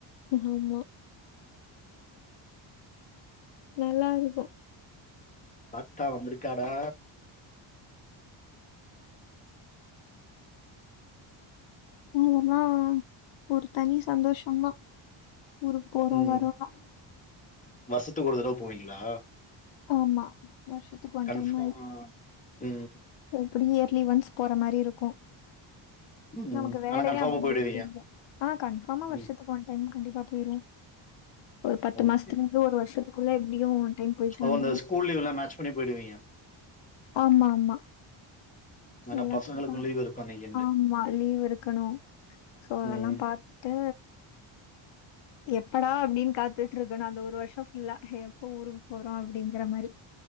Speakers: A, on the left; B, on the left.
A: ஆமா நல்லா இருக்கு
B: ஆத்தா வந்துருக்காடா
A: அதுலா ஒரு தனி சந்தோஷந்தா ஊருக்கு போறோ
B: ம்
A: வரோனா
B: வருஷத்துக்கு ஒரு தடவ போவீங்களா
A: ஆமா வருஷத்துக்கு ஒன்
B: கன்ஃபார்ம்
A: டைம் ஆயிரு
B: ம்
A: அப்டியே இயர்லி ஒன்ஸ் போற மாரி இருக்கு
B: ம்
A: நமக்கு வேலையே
B: ஆனா கன்ஃபார்மா
A: அப்டி
B: போயிடுவீங்க
A: இருக்கு இங்க ஆ கன்ஃபார்மா வருஷத்துக்கு
B: ம்
A: ஒன் டைம் கண்டிப்பா போயிருவோ ஒரு பத்து
B: ஓகே
A: மாசத்துல இருந்து ஒரு வருஷத்துக் குள்ள எப்புடியு டைம்க்கு டு
B: ஓ
A: வந்துருவோ
B: இந்த ஸ்கூல் லீவ்லாம் மேட்ச் பண்ணி போயிடுவீங்க
A: ஆமா ஆமா
B: ஆனா
A: எல்லாத்துயுமே
B: பசங்களுக்கும் லீவ் இருக்கும் இன்னைக்குன்ட்டு
A: ஆமா லீவ் இருக்கணு சோ அதெல்லாம்
B: ம்.
A: பாத்து எப்படா அப்டின் காத்துட்ருக்கணு அந்த ஒரு வருஷோ ஃபுல்லா எப்போ ஊருக் வோ அப்புடிங்குற மாரி